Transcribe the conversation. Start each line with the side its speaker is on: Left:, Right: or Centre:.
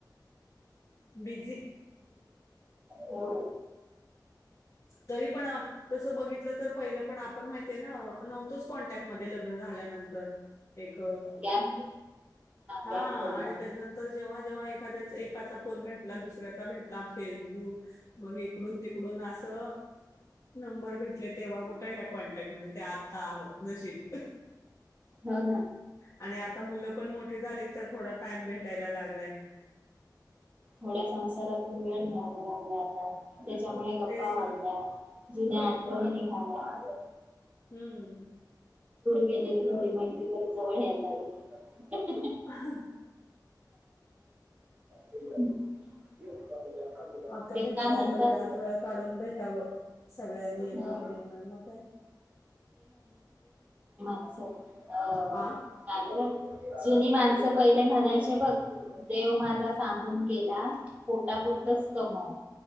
Left: बिझी
Right: हो
Left: तरी पण तस बघितल तर पहिल पण आपण माहितीय ना नव्हतोच कॉन्टॅक्टमधे लग्न झाल्यानंतर एक
Right: गॅप
Left: हा
Right: गॅप पडला
Left: आणि त्याच्यानंतर जेव्हा जेव्हा एखादयाचा एकाचा फोन भेटला दसरया भेटला फेसबुक मग इकडून तिकडून असं नंबर भेटले तेव्हा कुठे ह्या कॉन्टॅक्टमध्ये ते आता आहोत नशीब
Right: हो ना
Left: आणि आता मुलं पण मोठी झाली तर थोडा टाइम भेटायला लागलाय
Right: थोड्या संसारातून वेळ मिळाला लागल्या आता त्याच्यामुळे गप्पा
Left: तेच
Right: वाढल्या
Left: ना
Right: जुन्या आठवणी नि होा <inaudible>
Left: हम्म <inaudible>
Right: गेलेली थोडी माहिती कराय जवळ यायला लागे
Left: ह
Right: <inaudible>
Left: आता
Right: ते
Left: भेटलाय
Right: काय म्हणतात
Left: आता वेळात वेळ काढून भेटावं सगळ्यांनी एकमेकीांना
Right: अं,
Left: मग काय
Right: हो अ
Left: आ
Right: कार- जुनी माणसं पहिले म्हणायचे बघ देव माझा सांगून गेला पोटापुरतच कमव